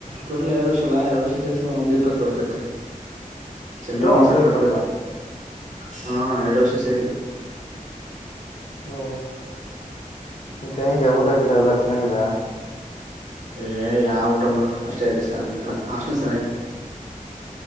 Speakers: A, on the right; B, on the left.
A: ಟೋಟಲ್ ಎರಡು ವರ್ಷಲ್ಲ ಎರಡು ವರ್ಷ ಸೇಸ ಒಂದು ಇಪ್ಪತ್ತು ಬರ್ತತಿ ಚಮ್ಮಿ
B: ಎಷ್ಟು
A: ಮೋಸಾರ್
B: ಒಂದು
A: ಕಟ್ಬೇಕು
B: ಇಪ್ಪತ್ತ
A: ಹಾ ಎರಡು ವರ್ಷ ಸರಿ
B: ಹಓ <unintelligible> ಊಟ ಗಿಡ ಎಲ್ಲ ಚೆನ್ನಾಗಾಗಿದೆಾ
A: ಏ ಯಾವ ಊಟೊಬ್ರು ಅಷ್ಟೇ ಅಜಜಸ್ಟ್ ಆಾಸ್ಟಲ್ ಚೆನ್ನಾಗಿ